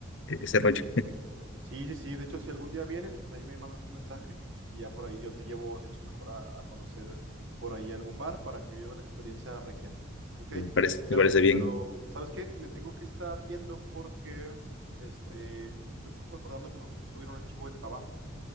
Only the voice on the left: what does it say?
ese rollo.
Me parece,
me parece bien.